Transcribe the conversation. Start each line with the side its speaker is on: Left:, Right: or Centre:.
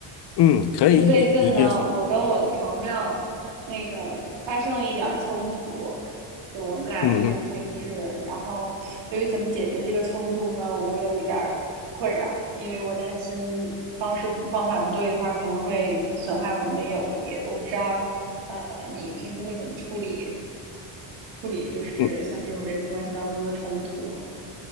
Left: 嗯，可以，
Right: 就最近呢，
Left: 你你就说，
Right: 我跟我的朋友那个发生了一点儿冲突，就我们俩意见不太一致。
Left: 嗯嗯
Right: 然后对于怎么解决这个冲突呢，我有一点儿困扰，因为我担心方式不方法不对的话，可能会损害我们的友谊。我不知道，呃，你平时会怎么处理？处理，就是像这种人际关系当中的冲突
Left: 嗯，